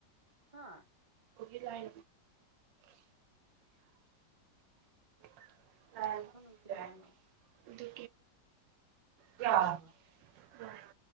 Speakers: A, on the right; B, on the right.
A: ꯍꯥ
B: ꯂꯤ <inaudible> ꯑ
A: ꯂꯥꯏ
B: ꯑꯗꯨ
A: ꯌꯥꯝ ꯊꯧꯅ ꯀꯩꯗꯧꯔꯦ ꯍꯥꯏꯅꯣ
B: ꯌꯥ
A: ꯌꯥꯔꯣꯏ
B: <inaudible> ꯎꯝ <inaudible>